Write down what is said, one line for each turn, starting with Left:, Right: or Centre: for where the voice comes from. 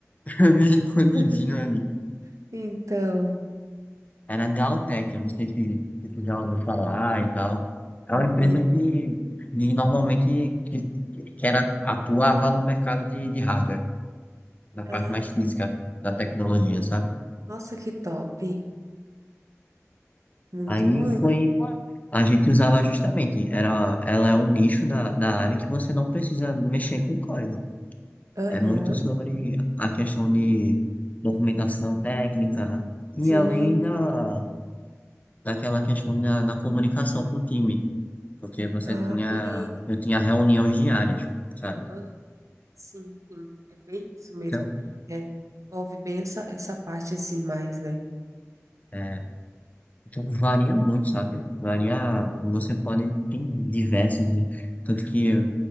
Left: <laughs> Eu me sentia escondidinho
Right: <laughs>
Left: ali.
Right: Então,
Left: Era a Galtech, eu não sei se, se tu já ouviu falar e tal. É
Right: né?
Left: uma empresa que, que normalmente que, que era, atuava no mercado de, de hardware, na parte
Right: Ah,
Left: mais física da tecnologia, sabe?
Right: nossa, que top. Muito
Left: Aí
Right: bom.
Left: foi, a gente usava justamente, era, ela é um nicho da, da área que você não precisa mexer com código.
Right: Aham.
Left: É muito sobre a questão de documentação técnica e
Right: Sim,
Left: além da, daquela questão da, da comunicação com o time, porque você
Right: ah,
Left: tinha,
Right: e
Left: eu tinha reuniões diárias, sabe?
Right: ah, sim, sim, é bem isso mesmo.
Left: Então,
Right: É, envolve bem essa, essa parte assim mais, né?
Left: é, então varia muito, sabe? Varia, você pode, tem diversos, de- tanto que